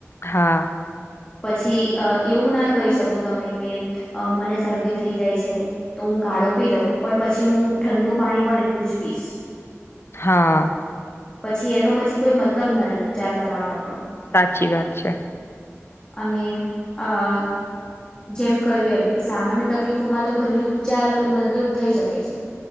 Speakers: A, on the left; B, on the left.
A: હા.
B: પછી અ એવું ના કહી શકો તમે કે મને શરદી થઈ જાય છે તો હું કાળો પી લઉં પણ પછી હું ઠંડુ પાણી પણ એટલું જ પીશ.
A: હા.
B: પછી એનો પછી કોઈ મતલબ ના રે ઉપચાર કરવાનો પણ
A: સાચી વાત છે
B: અને આ જેમ કહ્યું એમ કે સામાન્ય તકલીફોમાં તો ઘરેલુ ઉપચાર મદદરૂપ થઈ શકે છે